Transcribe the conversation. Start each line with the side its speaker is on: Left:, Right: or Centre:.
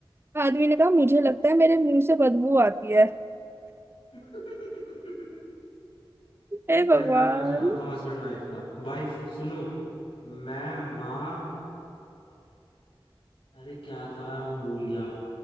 Right: आदमी ने कहा मुझे लगता है मेरे मुंह से बदबू आती है
Left: <laughs>
Right: हे
Left: चल
Right: भगवान
Left: मैं मैं सुनाता हूँ हस्बैंड वाइफ का वाइफ सुनो मैं माँ अरे क्या था मैं भूल गया